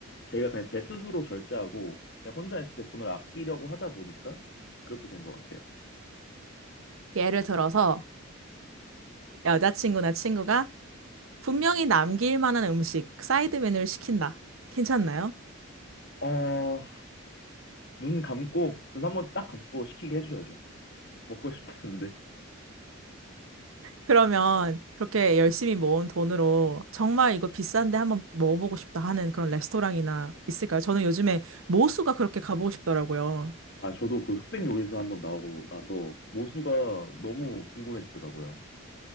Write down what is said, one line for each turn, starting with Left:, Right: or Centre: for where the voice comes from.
Left: 제가 그냥 제 스스로 절제하고 그냥 혼자 있을 때 돈을 아끼려고 하다 보니까 그렇게 된 것 같아요.
Right: 예를 들어서 여자친구나 친구가 분명히 남길 만한 음식, 사이드 메뉴를 시킨다. 괜찮나요?
Left: 어, 눈 감고 눈 한 번 딱 감고 시키게 해줘야죠. 먹고 싶었는데.
Right: 그러면 그렇게 열심히 모은 돈으로 정말 이거 비싼데 한번 먹어보고 싶다 하는 그런 레스토랑이나 있을까요? 저는 요즘에 모수가 그렇게 가보고 싶더라고요.
Left: 아, 저도 그 흑백 요리사 한번 나오고 나서 모수가 너무 궁금해지더라고요.